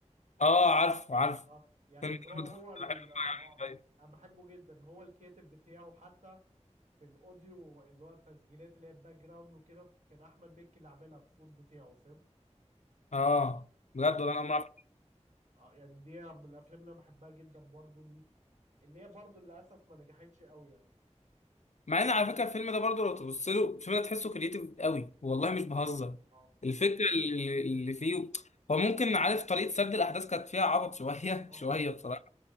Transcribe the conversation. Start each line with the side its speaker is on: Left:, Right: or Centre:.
Left: اه عارفه عارفه
Right: اه يعني
Left: فيلم
Right: اللي
Left: كده
Right: هو هو
Left: كنت
Right: ال-
Left: بحب اتفرج
Right: اه
Left: عليه شوية.
Right: انا بحبه جدا هو الكاتب بتاعه حتى في الاوديو اللي هو التسجيلات اللي هي الباك جراوند وكده كان احمد مكي اللي عاملها بالصوت بتاعه فاهم
Left: اه
Right: ف
Left: بجد والله انا ما
Right: آه، يعني دي من الافلام اللي انا بحبها جدا برضه ليه اللي هي برضه للاسف ما نجحتش قوي يعني
Left: مع ان على فكره الفيلم ده برضه لو تبص له الفيلم ده تحسه كريتيف قوي والله مش بهزر
Right: اه
Left: الفكره اللي اللي فيه هو ممكن عارف طريقه سرد الاحداث كانت فيها عبط شويه
Right: <laughs>
Left: <laughs> شويه
Right: اه
Left: بصراحه